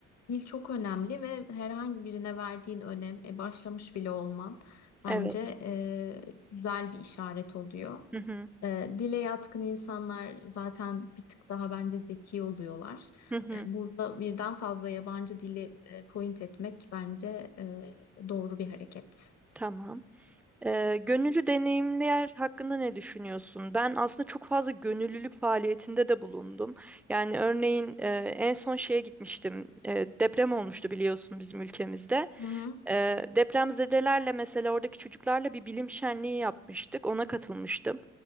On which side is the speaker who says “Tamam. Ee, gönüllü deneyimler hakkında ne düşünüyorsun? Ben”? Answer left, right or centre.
Centre